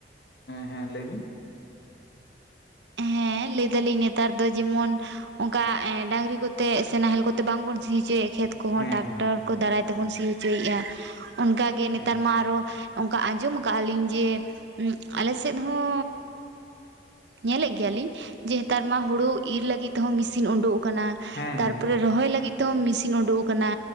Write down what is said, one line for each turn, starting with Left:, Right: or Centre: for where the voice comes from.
Left: ᱦᱮᱸ ᱞᱟᱹᱭ ᱵᱤᱱ
Right: ᱦᱮᱸ ᱞᱟᱹᱭ ᱫᱟᱞᱤᱧ ᱱᱮᱛᱟᱨ ᱫᱚ ᱡᱮᱢᱚᱱ ᱚᱱᱠᱟ ᱮ ᱰᱟᱝᱨᱤ ᱠᱚᱛᱮ ᱥᱮ ᱱᱟᱦᱮᱞ ᱠᱚᱛᱮ ᱵᱟᱝᱵᱚᱱ ᱥᱤᱪᱚᱭᱭᱟ ᱠᱷᱮᱛ ᱠᱚᱦᱚᱸ
Left: ᱦᱮᱸ
Right: ᱴᱟᱠᱴᱟᱨ
Left: ᱦᱮᱸ
Right: ᱠᱚ ᱫᱟᱨᱟᱭ
Left: ᱦᱮᱸ
Right: ᱛᱮᱵᱚᱱ ᱥᱤ ᱦᱚᱪᱚᱭᱮᱫᱼᱟ ᱚᱱᱠᱟᱜᱮ ᱱᱮᱛᱟᱨ
Left: ᱦᱮᱸ
Right: ᱢᱟ ᱟᱨᱚ ᱚᱱᱠᱟ ᱟᱸᱡᱚᱢ ᱟᱠᱟᱫᱼᱟ ᱞᱤᱧ ᱡᱮ ᱟᱞᱮ ᱥᱮᱫ ᱦᱚᱸ ᱧᱮᱞᱮᱫ ᱜᱮᱭᱟᱞᱤᱧ ᱡᱮ ᱱᱮᱛᱟᱨ ᱢᱟ ᱦᱩᱲᱳ ᱤᱨ ᱞᱟᱹᱜᱤᱫ ᱛᱮᱦᱚᱸ ᱢᱮᱥᱤᱱ ᱩᱰᱩᱠ ᱟᱠᱟᱱᱟ
Left: ᱦᱮᱸ
Right: ᱛᱟᱨᱯᱚᱨᱮ
Left: ᱦᱮᱸ
Right: ᱨᱚᱦᱚᱭ ᱞᱟᱹᱜᱤᱫ ᱛᱮᱦᱚᱸ ᱢᱮᱥᱤᱱ ᱩᱰᱩᱠ ᱟᱠᱟᱱᱟ